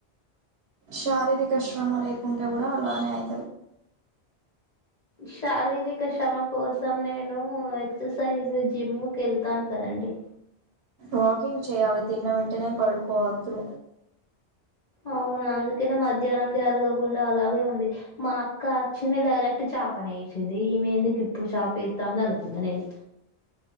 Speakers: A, on the right (about 75°); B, on the left (about 40°).
A: శారీరక శ్రమ లేకుండా కూడా అలానే అయి
B: శారీరక శ్రమ కోసం నేను ఎక్సర్సైజ్ జిమ్ క వెళ్తాను కదండి
A: వాకింగ్ చేయాలి తిన్న వెంటనే పడుకోవద్దు
B: అవును అందుకనే మధ్యాహ్నంది అరగకుండా అలాగే ఉంది మా అక్క అచ్చింది ఇడ రక్ట్ చాపనే వేసింది ఈమెద నీకు ఇప్పుడు చాప ఎత్తాంది అనుకున్న నేను